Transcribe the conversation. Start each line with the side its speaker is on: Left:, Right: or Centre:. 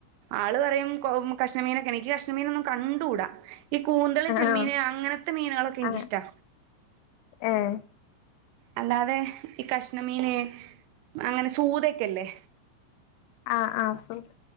Right: ആള് പറയും കൊ കഷ്ണമീനൊക്കെണെ ഇൻക്ക് കഷ്ണമീനൊന്നും കണ്ടൂടാ. ഈ കൂന്തള് ചെമ്മീന്
Left: ആഹ്
Right: അങ്ങനത്തെ മീനുകളൊക്കെ ഇൻക്കിഷ്ടാ.
Left: ആഹ് ഏഹ്.
Right: അല്ലാതെ ഈ കഷ്ണമീന് അങ്ങനെ സൂതെക്കെല്ലേ.
Left: ആഹ് ആഹ് സൂത്